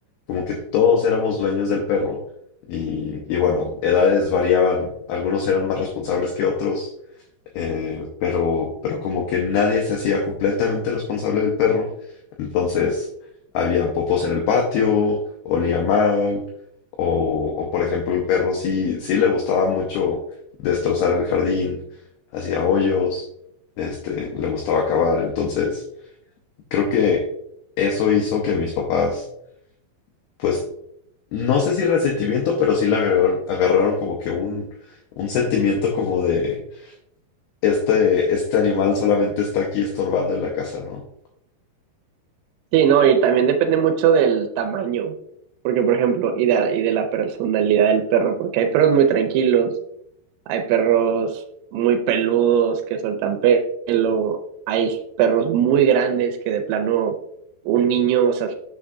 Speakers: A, on the left; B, on the right.
A: Como que todos éramos dueños del perro y, y bueno, edades variaban. Algunos eran más responsables que otros eh, pero, pero como que nadie se hacía completamente responsable del perro, entonces había popos en el patio, olía mal, o, o, por ejemplo el perro sí, sí le gustaba mucho destrozar el jardín, hacía hoyos, este, le gustaba cavar, entonces creo que eso hizo que mis papás, pues no sé si resentimiento, pero sí le agregaron- agarraron como que un, un sentimiento como de este, este animal solamente está aquí estorbando en la casa, ¿no?
B: Sí, no, y también depende mucho del tamaño, porque por ejemplo, y de, y de la personalidad del perro, porque hay perros muy tranquilos, hay perros muy peludos que sueltan pelo, hay perros muy grandes que de plano un niño, o sea,